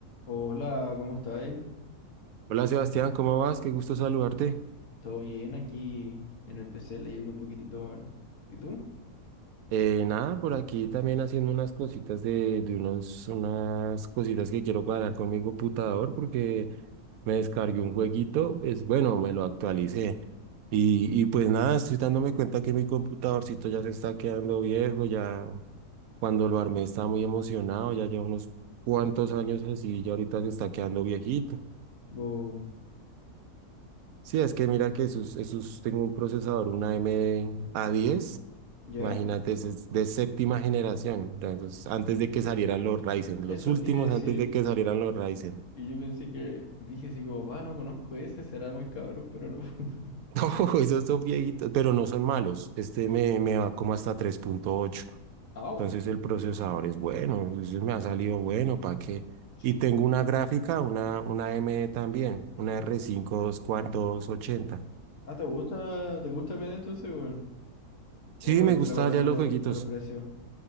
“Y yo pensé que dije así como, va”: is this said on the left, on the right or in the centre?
Left